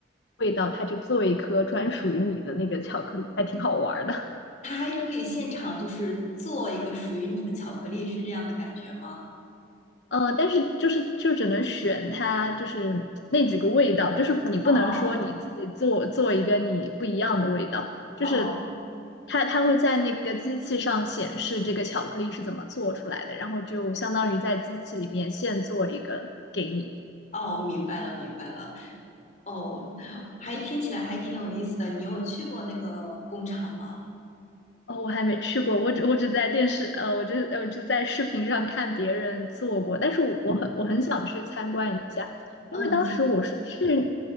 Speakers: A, on the left; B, on the left.
A: 味道，它就做一颗专属于你的那个巧克力，还挺好玩儿的。
B: 它还可以现场就是做一个属于你的巧克力，是这样的感觉吗？
A: 呃，但是就是就只能选它，就是那几个味道，就是你不能说你自己做做一个你不一样的味道，
B: 哦
A: 就是
B: 哦
A: 它它会在那个机器上显示这个巧克力是怎么做出来的，然后就相当于在机器里面现做一个给你。
B: 哦，明白了明白了，哦，还听起来还挺有意思的。你有去过那个工厂吗？
A: 哦，我还没去过，我只我只在电视，呃，我只我只在视频上看别人做过，但是我我很我很想去参观一下，因为当时我是去
B: 嗯，